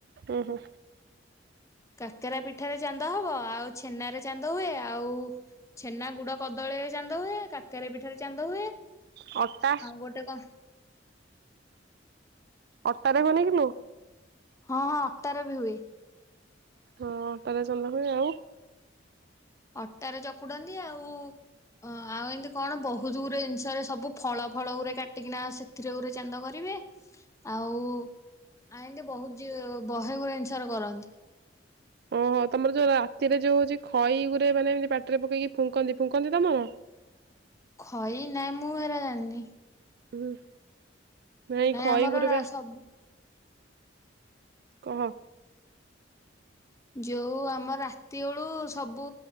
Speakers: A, on the right (about 55°); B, on the left (about 15°).
A: ଉଁ ହୁଁ
B: କାକେରା ପିଠାରେ ଚାନ୍ଦ ହବ ଆଉ ଛେନାରେ ଚାନ୍ଦ ହୁଏ ଆଉ ଛେନା ଗୁଡ କଦଳୀରେ ଚାନ୍ଦ ହୁଏ। କାକେରା ପିଠାରେ ଚାନ୍ଦ ହୁଏ
A: ଅଟା
B: ଆଉ ଗୋଟେ କଣଃ
A: ଅଟାରେ ହୁଏନି କିଲୋ?
B: ହଁ ହଁ ଅଟାରେ ବି ହୁଏ।
A: ହଁ ଅଟାରେ ଚାନ୍ଦ ହୁଏ ଆଉ
B: ଅଟାରେ ଚକୁଡନ୍ତି ଆଉ, ଅଂ ଆଉ ଏମିତି କଣ ବୋ ବୋହୁତୁ ଗୁରେ ଜିନିଷରେ ସବୁ ଫଳ ଫଳ ଗୁରେ କାଟିକିନା ସେଥିରେ ଗୋରେ ଚାନ୍ଦ କରିବେ। ଆଉ ଆ ଏମିତି ବୋହୁତ ଜିଓ <unintelligible> ବହେ ଗୁରେ ଜିନିଷରେ କରନ୍ତି।
A: ଓହୋ ତମର ଯୋଉ ରାତିରେ ଯୋଉ ହଉଚି ଖଇ ଗୁରେ ମାନେ ଏମିତି ପାଟିରେ ପକେଇକି ଫୁଙ୍କନ୍ତି। ଫୁଙ୍କନ୍ତି ତମର?
B: ଖଇ ନା ମୁଁ ହେରା ଜାଣିନି।
A: ହୁଁ ନାଇଁ ଖଇଗୁରେ
B: ଆମର ରା
A: ପା
B: ସବୁ
A: କହ।
B: ଯୋଉ ଆମ ରାତି ବେଳୁ ସବୁ